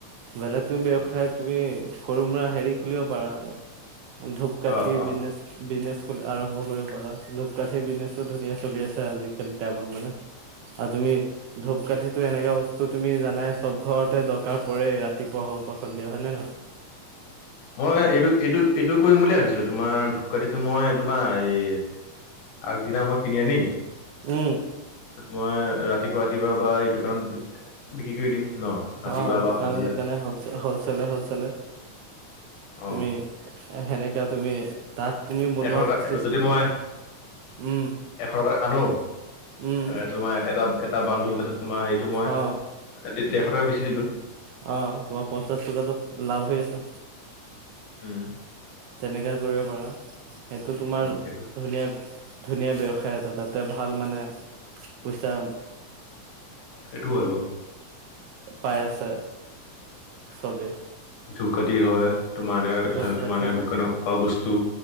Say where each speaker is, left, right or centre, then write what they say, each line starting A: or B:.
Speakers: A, on the right (about 80°); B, on the left (about 80°).
A: বেলেগ তুমি ব্যয়সায়
B: অ
A: তুমি সৰু মৰা হেৰি খুলিব পাৰা নাই। ধূপকাঠিৰ
B: অ অ
A: বিজনেছ। বিজনেছ খুলি-আৰম্ভ কৰিব পাৰা। ধূপকাঠি বিজনেছো ধুনীয়া চলি আছে আজিকালি টাইমত মানে। আৰু তুমি ধূপ কাঠিটো এনেকা বস্তু তুমি জানাই চব ঘৰতে দ কাৰ পৰে ৰাতিপুৱা হওক বা সন্ধিয়া, হয় নে নহয়?
B: মই এইটো এইটো এইটো কৰিম বুলিয়ে ভাবিছিলোঁ। তোমাৰ ধূপকাটিটো মই তোমাৰ এই আগদিনা মই কিনি আনিম।
A: উম।
B: মই ৰাতিপুৱা ৰাতিপুৱা বা এই দোকানত বিক্ৰী কৰি দিম ন ৰাতিপুৱা
A: অ দোকানে
B: বা সন্ধিয়া?
A: দোকানে হলচে হলচেলে হলচেলে
B: অ
A: তুমি সেনেকা তুমি তাত তুমি বনোৱা
B: এশটকা
A: চিচ
B: যদি মই
A: উম
B: এ এশ টকাত আনো
A: উম
B: এ তোমাৰ এটা এটা বান্দোল তাৰছত তোমাৰ হেৰিটো মই
A: অ
B: ডে ডেৰশ টকাত বেচি দিলো
A: অ তোমাৰ পঞ্চাশ টকাটো লাভ হৈ আছে
B: উম
A: তেনেকা কৰিব পাৰা সেইটো তোমাৰ
B: অ সেইটো
A: ধুনীয়া ধুনীয়া ব্যৱসায় এটা তাতে ভাল মানে পইচা
B: সেইটোও হয় বাৰু
A: পাই আছে চবে
B: ধুকাঠী হয় তোমাৰ এনে
A: ধূপ কাঠি
B: তোমাৰ এনে দোকানৰ খোৱা বস্তু